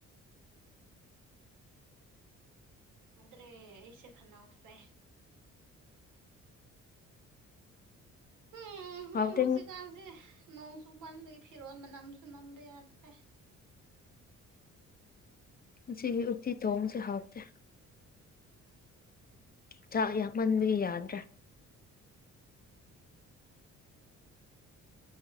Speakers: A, on the right (about 85°); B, on the left (about 30°).
A: ꯐꯗ꯭ꯔꯦ ꯑꯩꯁꯦ ꯈꯅꯥꯎꯁꯦ ꯍꯨꯡ ꯍꯨꯝ
B: ꯍꯥꯎꯇꯦ
A: ꯍꯧꯖꯤꯛꯀꯥꯟꯁꯦ ꯅꯣꯡ ꯆꯨꯃꯟꯕꯒꯤ ꯐꯤꯔꯣꯜ ꯃꯅꯝꯁꯨ ꯅꯝꯕ ꯌꯥꯗ꯭ꯔꯦ
B: ꯉꯁꯤꯒꯤ ꯎꯇꯤ ꯊꯣꯡꯕꯁꯦ ꯍꯥꯎꯇꯦ ꯆꯥꯛ ꯌꯥꯛꯃꯟꯕꯒꯤ ꯌꯥꯗ꯭ꯔꯦ